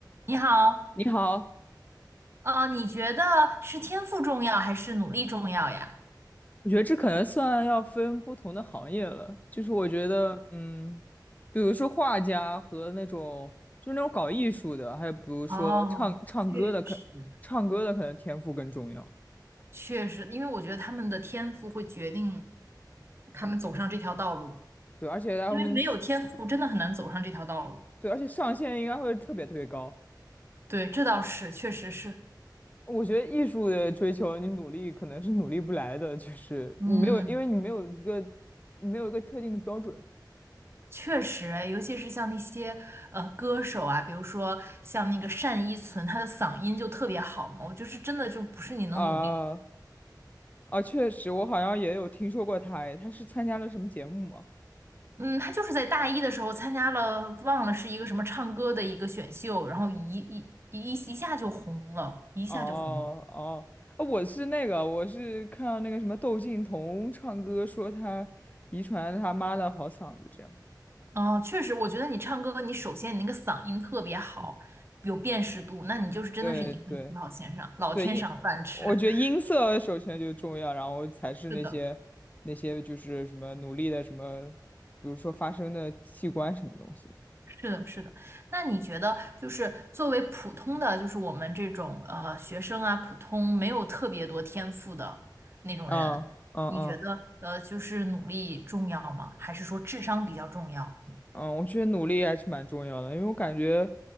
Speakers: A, on the right; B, on the left.
A: 你好，
B: 你好，
A: 呃，你觉得是天赋重要还是努力重要呀？
B: 我觉得这可能算要分不同的行业了。就是我觉得，嗯，比如说画家和那种就是那种搞艺术的，还有比如说唱唱歌的，
A: 哦，确实，
B: 可唱歌的可能天赋更重要。
A: 确实，因为我觉得他们的天赋会决定他们走上这条道路，
B: 对，而且他们是，
A: 因为没有天赋真的很难走上这条道路。
B: 对，而且上限应该会特别特别高。
A: 对，这倒是，确实是，
B: 我觉得艺术的追求，你努力可能是努力不来的，就是你没有，
A: 嗯，
B: 因为你没有一个没有一个特定的标准
A: 确实诶尤其是像那些呃歌手啊，比如说像那个单依纯，她的嗓音就特别好嘛，我就是真的就不是你能努力。
B: 啊啊，确实，我好像也有听说过他，哎，他是参加了什么节目吗？
A: 嗯，他就是在大一的时候参加了，忘了是一个什么唱歌的一个选秀，然后一一一一下就红了，一下就红了。
B: 哦哦，啊我是那个，我是看到那个什么窦靖童唱歌，说他遗传了他妈的好嗓子，这样。
A: 哦确实，我觉得你唱歌，你首先你那个嗓音特别好，有辨识度，那你就是真的是赢在起跑线上，
B: 对对
A: 老天赏饭吃。
B: 对，音，我觉得音色首先就重要，
A: <laughs>
B: 然后才是那些那些就是什么努力的什么，
A: 是的，
B: 比如说发声的器官什么东西的。
A: 是的，是的。那你觉得，就是作为普通的，就是我们这种呃学生啊，普通没有特别多天赋的那种人，
B: 嗯嗯嗯。
A: 你觉得呃就是努力重要吗？还是说智商比较重要？
B: 嗯，我觉得努力还是蛮重要的，因为我感觉，